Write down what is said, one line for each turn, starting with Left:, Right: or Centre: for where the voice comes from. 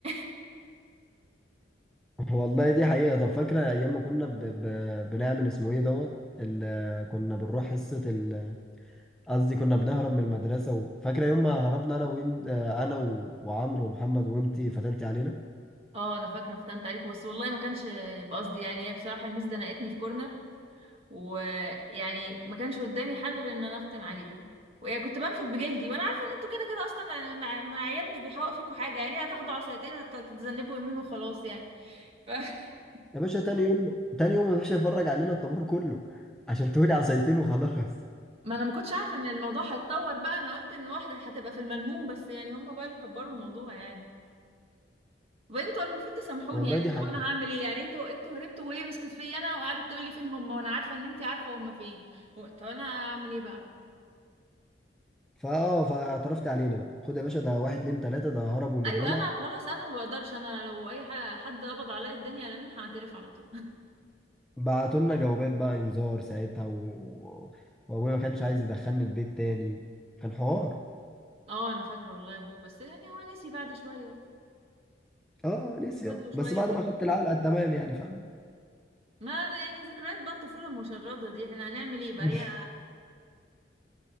Right: <laughs>
Centre: <laughs> والله دي حقيقة طب فاكرة ايام ما كنا ب... ب... بنعمل اسمه ايه دوت ال... آه، كنا بنروح حصة ال... آه، قصدي كنا بنهرب من المدرسة و... فاكرة يوم ما هربنا انا وين آه، انا و... وعمرو ومحمد وانتي فتنتي علينا
Right: اه انا فاكره فتنت عليكم بس والله ما كانش بقصدي يعني هي بصراحه الميس زنقتني في كورنر ويعني ما كانش قدامي حل غير ان انا افتن عليكم ويعني كنت بنفد بجلدي وانا عارفه ان انتوا كده كده اصلا يعني مع, مع عيال مش بيحوق فيكم حاجه يعني هتاخدوا عصايتين وتتذنبوا يمين وخلاص يعني ف... <laughs>
Centre: يا باشا تاني يوم تاني يوم ما فيش يفرج علينا الطابور كله عشان تقولي عصايتين وخلاص
Right: ما انا ما كنتش عارفه ان الموضوع هيتطور بقى انا قلت ان واحده هتبقى في الملموم بس يعني هم بقى اللي كبروا الموضوع يعني طب انتوا المفروض تسامحوني
Centre: <laughs> والله
Right: يعني
Centre: دي
Right: طب
Centre: حقيقة
Right: انا هعمل ايه يعني انتوا انتوا هربتوا وهي مسكت فيا انا وقعدت تقول لي فين هم وانا عارفه ان انت عارفه هم فين و- طب انا هعمل ايه بقى
Centre: فاه فاعترفت علينا بقى خد يا باشا ده واحد اتنين تلاتة ده هربوا من
Right: ايوه
Centre: هنا
Right: انا خلاص انا ما بقدرش انا لو اي ح- حد قبض عليا الدنيا على مين هعترف على طول <laughs>
Centre: بعتوا لنا جوابات بقى انذار ساعتها و... وابويا ما كانش عايز يدخلني البيت تاني كان حوار
Right: اه انا فاكره والله يا ابوك بس يعني هو نسي بعد شويه
Centre: اه نسي
Right: خد
Centre: اه
Right: له
Centre: بس
Right: شويه
Centre: بعد
Right: ونسي
Centre: ما اخدت العلقة التمام يعني فاهم
Right: ما يعني ذكريات بقى الطفوله المشرده دي احنا هنعمل ايه بقى
Centre: <laughs>
Right: هي